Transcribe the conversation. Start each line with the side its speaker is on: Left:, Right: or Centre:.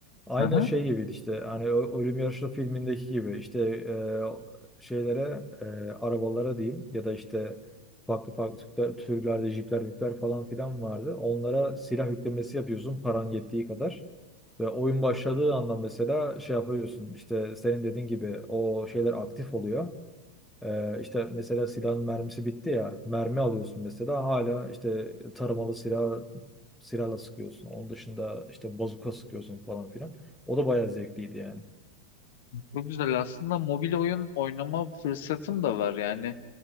Centre: Aynı
Left: Aha.
Centre: şey gibiydi işte hani Ö- ölüm yarışı filmindeki gibi işte e, şeylere e, arabalara diyeyim ya da işte farklı farklı tür- türlerde jipler mipler falan filan vardı. Onlara silah yüklemesi yapıyorsun paran yettiği kadar. Ve oyun başladığı anda mesela şey yapıyorsun işte senin dediğin gibi o şeyler aktif oluyor. Ee, işte mesela silahın mermisi bitti ya mermi alıyorsun mesela hala işte tarımalı silah silahla sıkıyorsun. Onun dışında işte bazuka sıkıyorsun falan filan. O da bayağı zevkliydi yani.
Left: Çok güzel. Aslında mobil oyun oynama fırsatım da var. Yani